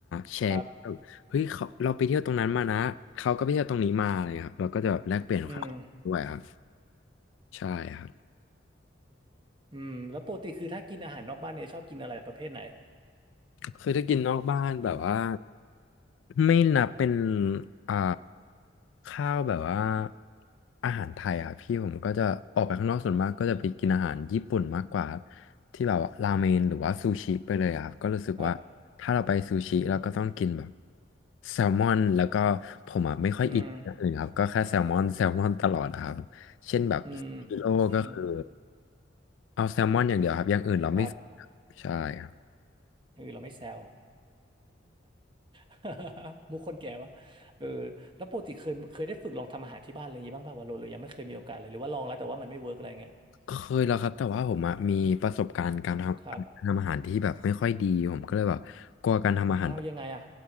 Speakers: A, on the left; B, on the right.
A: แชร์แบบเฮ้ยเขาเราไปเที่ยวตรงนั้นมานะเขาก็ไปเที่ยวตรงนี้มาอะไรเงี้ยครับเราก็จะแบบแลกเปลี่ยนครับด้วยครับ
B: ครับอืม
A: ใช่ครับ
B: อืมแล้วปกติคือถ้ากินอาหารนอกบ้านเนี่ยชอบกินอะไรประเภทไหน
A: เคยได้กินนอกบ้านแบบว่า ไม่นับเป็นอ่าข้าวแบบว่าอาหารไทยอ่ะพี่ผมก็จะออกไปข้างนอกส่วนมากก็จะไปกินอาหารญี่ปุ่นมากกว่าครับที่แบบว่าราเมนหรือว่าซูชิไปเลยอะครับก็รู้สึกว่าถ้าเราไปซูชิเราก็ต้องกินแบบ
B: ครับ
A: แซลมอนแล้วก็ผมอ่ะไม่ค่อยอินอย่างอื่นครับก็แค่แซลมอน
B: อืม
A: <laughs> แซลมอนตลอดอะครับเช่นแบบกิโลก็คือ
B: อืมอืม
A: เอาเดี๋ยวครับอย่างอื่นเราไม่
B: ครับ
A: ใช่ครับ
B: เออเราไม่แซว <laughs> มุกคนแก่วะเออแล้วปกติเคยเคยได้ฝึกลองทำอาหารที่บ้านอะไรอย่างงี้บ้างป่ะวะโลหรือยังไม่เคยมีโอกาสเลยหรือว่าลองแล้วแต่ว่ามันไม่เวิร์กอะไรเงี้ย
A: เคยแล้วครับแต่ว่าผมอะมีประสบการณ์การทำการทำอาหารที่แบบไม่ค่อยดีผมก็เลยแบบกลัวการทำอาหาร
B: ครับอ้าวยังไงอ่ะ